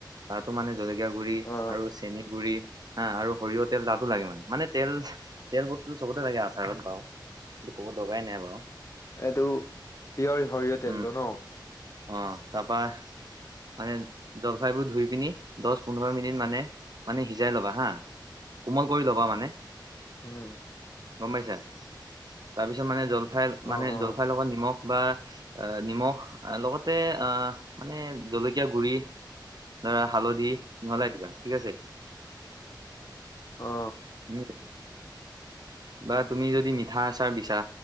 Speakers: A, on the right; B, on the left.
A: তাতো মানে জলকীয়া গুড়ি
B: অ
A: আৰু চেনী গুড়ী <unintelligible> সৰিয়হ তেল তাতো লাগে মানে। মানে তেল, তেল বস্তুটো চবতে লাগে আচাৰত বাওঁ। কব দৰকাৰাই নাই বাৰু।
B: এইটো পিয়ৰ সৰিয়হ তেলটো
A: উম
B: ন?
A: অ তাৰ পৰা মানে জলফাইবোৰ ধুই পিনি দহ পোন্ধৰ মিনিট মানে মানে সিজাই ল'বা হা। কোমল কৰি ল'বা মানে।
B: হম।
A: গম পাইছা তাৰপিছত মানে জলফাই মানে
B: অ অ
A: জলফাইৰ লগত নিমখ বা এ, নিমখ লগতে আহ, মানে জলকীয়া গুৰি ধৰা হালধি মিহলাই দিবা ঠিক আছে।
B: <inaudible> অ
A: ম <unintelligible> বা তুমি যদি মিঠা আচাৰ বিচা,